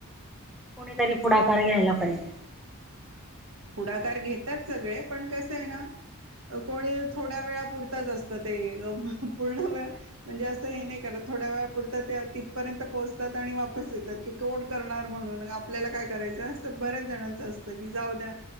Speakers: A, in the centre; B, on the right.
A: कोणीतरी पुढाकार घ्यायला पाहिजे.
B: पुढाकार घेतात सगळे. पण कसं आहे ना, कोणी थोड्या वेळापुरतंच असतं ते. पूर्ण व म्हणजे असं हे नाही करत. थोड्या वेळापुरं ते तिथपर्यंत पोहोचतात. आणि वापस येतात. की तोंड करणार म्हणून. आपल्याला काय करायचं. असं बऱ्याच जणांचं असतं. की जाऊ द्या.